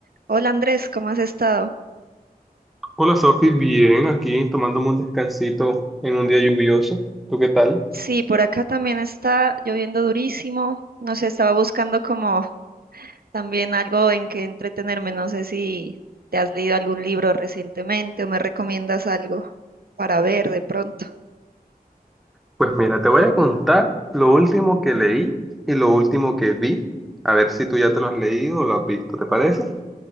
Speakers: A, on the right; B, in the centre.
A: Hola Andrés, ¿cómo has estado?
B: Hola Sofi, bien, aquí tomándome un descansito en un día lluvioso. ¿Tú qué tal?
A: Sí, por acá también está lloviendo durísimo. No sé, estaba buscando como también algo en que entretenerme. No sé si te has leído algún libro recientemente o me recomiendas algo para ver de pronto.
B: Pues mira, te voy a contar lo último que leí y lo último que vi. A ver si tú ya te lo has leído o lo has visto, ¿te parece?